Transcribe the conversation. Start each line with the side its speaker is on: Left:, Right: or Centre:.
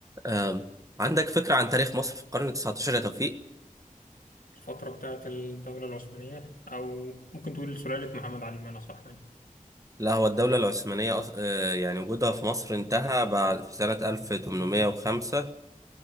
Right: آم، عندك فكرة عن تاريخ مصر في القرن التسعتاشر يا توفيق؟
Left: الفترة بتاعت الدولة العثمانية أو ممكن تقول سلالة محمد علي بمعنى صح يعني
Right: لا هو الدولة العثمانية أص- آه، يعني وجودها في مصر انتهى بعد في سنة 1805